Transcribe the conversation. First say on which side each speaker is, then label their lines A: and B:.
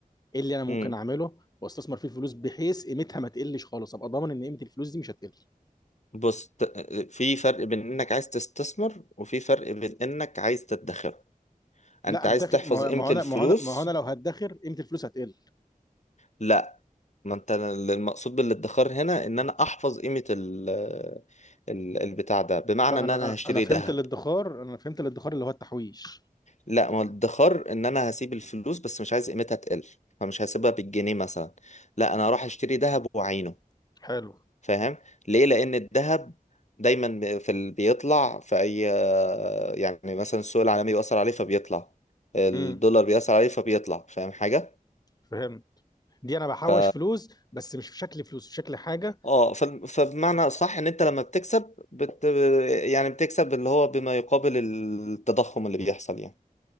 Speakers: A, on the left; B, on the left.
A: ايه اللي انا ممكن
B: مم.
A: اعمله واستثمر فيه الفلوس بحيث قيمتها ما تقلش خالص ابقى ضامن ان قيمه الفلوس دي مش هتقل
B: بص ت- في فرق بين انك عايز تستثمر وفي فرق بين انك عايز تدخر
A: لا
B: انت
A: ادخر
B: عايز تحفظ
A: ما
B: قيمة
A: هو ما هو انا
B: الفلوس
A: ما هو انا ما هو انا لو هدخر قيمه الفلوس هتقل
B: لا ما انت المقصود بالادخار هنا ان انا احفظ قيمة ال ال- البتاع ده بمعنى
A: لا
B: ان
A: انا
B: انا هشتري
A: انا فهمت
B: ذهب
A: الادخار انا فهمت الادخار اللي هو التحويش
B: لا ما هو الادخار ان انا هسيب الفلوس بس مش عايز قيمتها تقل فمش هسيبها بالجنيه مثلا لا انا هروح اشتري ذهب واعينه
A: حلو
B: فاهم ليه لان الذهب دايما بي- في ال... بيطلع في اي يعني مثلا السوق العالمي بيأثر عليه فبيطلع الدولار
A: امم
B: بيأثر عليه فبيطلع فاهم حاجة
A: فهمت دي انا بحوش
B: ف
A: فلوس بس مش في شكل فلوس في شكل حاجه
B: اه ف... فبمعنى صح ان انت لما بتكسب بت... يعني بتكسب اللي هو بما يقابل التضخم اللي بيحصل يعني